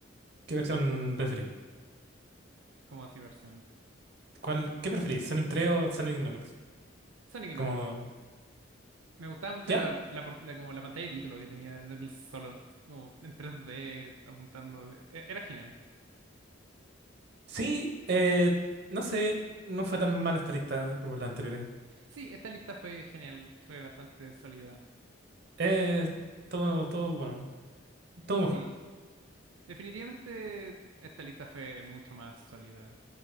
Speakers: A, on the right; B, on the right.
A: ¿Qué versión preferís?
B: Como así versión.
A: ¿Cuál, qué preferís? ¿Sonic 3 o Sonic Knuckles?
B: Sonic
A: Como,
B: y Knuckles. Me gustaba mucho
A: ya,
B: la, la, por- la- como la pantalla de título que tenía Knuckles solo, como en 3D apuntando. E- Era genial.
A: sí, eh, no sé, no fue tan mala esta lista como las anteriores.
B: Sí, esta lista fue genial, fue bastante sólida.
A: Eh, todo, todo, bueno, todo
B: Sí,
A: mejor.
B: definitivamente esta lista fue mucho más sólida.